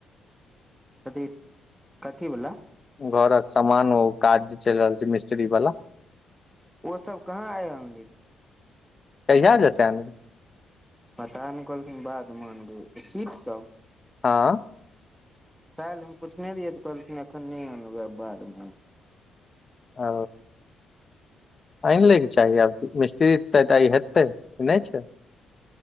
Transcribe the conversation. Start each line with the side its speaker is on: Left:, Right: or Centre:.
Centre: कथी कथी वला
Left: घरक समान ओ काज जे चलि रहल छै मिस्त्री वाला
Centre: ओ सब कहाँ आय अनली
Left: कहिया जेतनि
Centre: पता नहि कहलखिन बादमे अनबै सीट सब
Left: हँ
Centre: काल्हि हम पुछने रिहियै तऽ कहलखिन एखन नहि अनबै बादमे
Left: ओ आनि लैके चाही आब मिस्त्री तऽ आय हेतै ई नहि छै